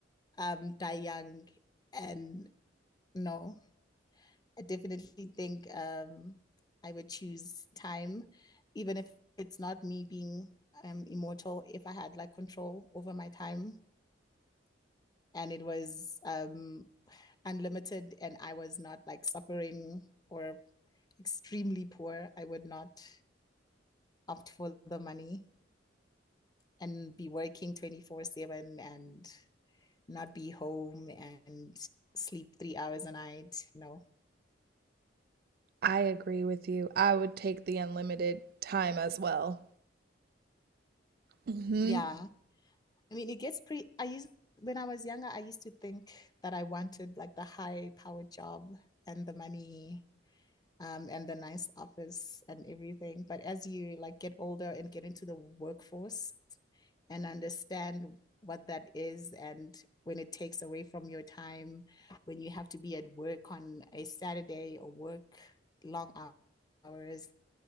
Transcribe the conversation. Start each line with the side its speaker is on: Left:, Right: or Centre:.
Left: um die young and no, I definitely think um I would choose time, even if it's not me being um immortal, if I had like control over my time and it was um unlimited and I was not like suffering or extremely poor, I would not opt for the money and be working 24 7 and not be home and sleep three hours a night. No.
Right: I agree with you. I would take the unlimited time as well. Hmm.
Left: Yeah. I mean, it gets pretty. I used, when I was younger, I used to think that I wanted like the high powered job and the money um, and the nice office and everything. But as you like get older and get into the workforce and understand what that is and when it takes away from your time, when you have to be at work on a Saturday or work long hours